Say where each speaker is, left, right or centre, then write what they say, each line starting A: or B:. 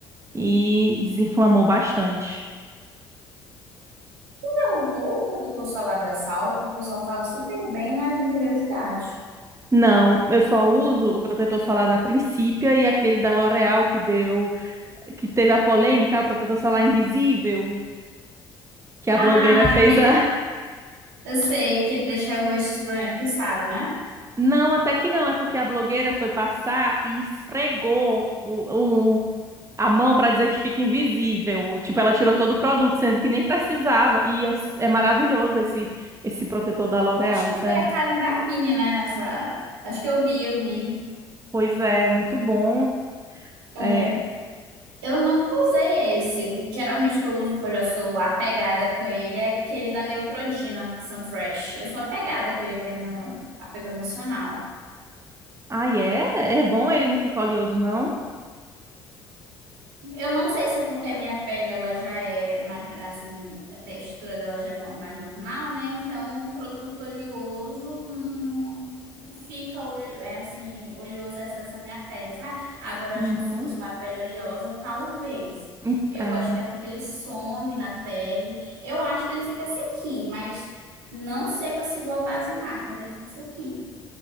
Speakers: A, on the right; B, on the right.
A: e desinflamou bastante.
B: Não, vou para o doutor Salada Salvo, o pessoal fala super bem, né? Eu tenho curiosidade.
A: Não, eu só uso o protetor solar da Principia e aquele da L'Oréal que deu, que teve a polêmica, "Ah, o protetor solar invisível, que a
B: Ah,
A: blogueira fez
B: que
A: a. <laughs>
B: eu sei que ele deixa o rosto esbranquiçado, né?
A: Não, até que não, é porque a blogueira foi passar e esfregou o, o- a mão para dizer que fica invisível. Tipo, ela tirou todo o produto, sendo que nem precisava. E é, é maravilhoso esse, esse protetor da L'Oréal,
B: Acho que
A: sério.
B: foi a Karen Bachini, né? Nessa. Acho que eu vi, eu vi.
A: Pois é, muito bom.
B: É.
A: É...
B: Eu nunca usei esse. O- Geralmente o que eu uso, que eu já sou apegada com ele, é aquele da Neutrodina Sunfresh. Eu sou apegada com ele, eu tenho apego emocional.
A: Ai, é? É bom ele não fica oleoso, não?
B: Eu não sei se é porque a minha pele ela já é mais assim, a textura dela já é no- mais normal, né? Então, produto oleoso não não fica ole- é assim, oleoso é excesso na minha pele, sabe? Agora,
A: Uhum.
B: eu acho que se fosse uma pele oleosa, talvez.
A: Ent-
B: Eu
A: É.
B: gosto que é porque ele some na pele. Eu acho que ele fica sequinho, mas não seca se igual base mate, mas ele fica sequinho.